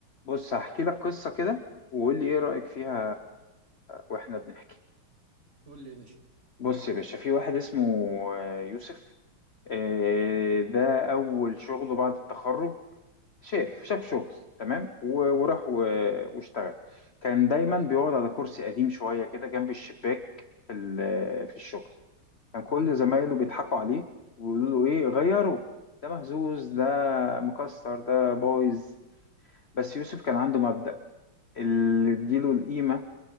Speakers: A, on the left; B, on the right.
A: بص هحكي لك قصة كده وقول لي ايه رأيك فيها واحنا بنحكي
B: قول لي يا باشا
A: بص يا باشا في واحد اسمه آه، يوسف آه، ده اول شغله بعد التخرج شاف شاف شغل تمام و- وراح و- واشتغل كان دايما بيقعد على كرسي قديم شوية كده جنب الشباك في ال- في الشغل كان كل
B: حلو
A: زمايله بيضحكوا عليه ويقولوا له ايه غيره ده مهزوز ده مكسر ده بايظ بس يوسف كان عنده مبدأ اللي اديله القيمه